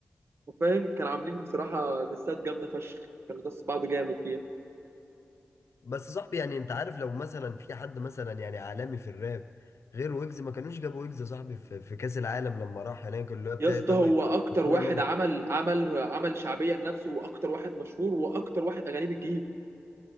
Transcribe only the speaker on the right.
فاهم كانوا عاملين بصراحه ديسات جامده فشخ كانوا داس بعض جامد فيها
يا اسطى
هو
اكتر
واحد
عمل عمل عمل شعبيه لنفسه واكتر واحد مشهور واكتر واحد اغانيه بتجيب